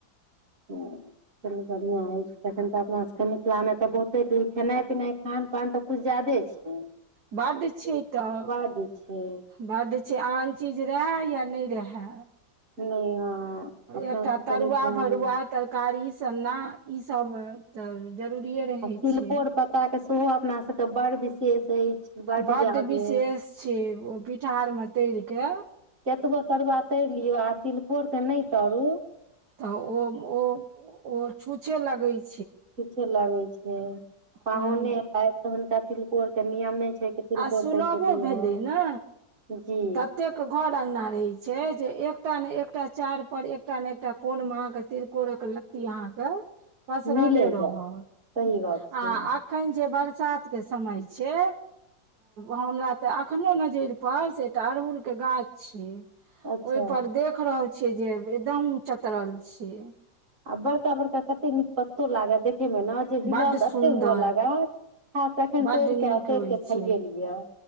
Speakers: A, on the right; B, on the right.
A: ह चलू बढ़िआ अछि तखन तऽ अपना सभके मिथिलामे तऽ बहुते किखेनाइ पिनाइ खान पान तऽ कछु ज्यदे छै।
B: बद छय तऽ
A: बड्ड छै
B: बाद आन चीज रहै या नहि रहै
A: नहि हँ अपना
B: एकटा
A: सबके
B: तरुआ
A: मिथिला
B: भरुआ
A: मे
B: तर। कारी सन्ना ई सभ तऽ जरूरिेये रहै
A: आ तिलकोर
B: छै
A: पत्ता के सेहो अपना सभ के बड़ विशेष अछि बड
B: बड़
A: जादे
B: विशेष छै ओ पिठारमे तरि कऽ
A: कतबो तरुआ तरि लियौ आ तिलकोर के नहि तरू।
B: तऽ ओ ओ छूछे लगे छै
A: छुछे लगे छै पाहुने
B: कोनो
A: ऐतत त हुनका तिलकोर के नियमे छै कि तिलकोर
B: आ सुलभो
A: तरि क दीय
B: भेलै ने
A: जी
B: ततेक घर अंगना रहै छै जे एकटा ने एकटा चार पर एकटा ने एकटा कोन मे अहाँ के तिलकोरक ल ति अहाँकेँ पसरले
A: मिले
B: रहत
A: जायत सही गप
B: आ
A: छै
B: एख एखन जे बरसात के समय छै। हमरा त अखने नजरि पर से एकटा अड़हुल के गाछ छय
A: अच्छा
B: ओहिपर देख रहल छियै जे एकदम चतरल छियै।
A: आ बड़का बड़का कते नीक पत्तो लागत देखेमे ने जे बिलस
B: बड्ड सुन्दर
A: एते हुए लागत ह तखन
B: बड्ड
A: तोड़िक
B: नीक
A: आ तोर
B: होइ
A: के खायए
B: छै
A: लियै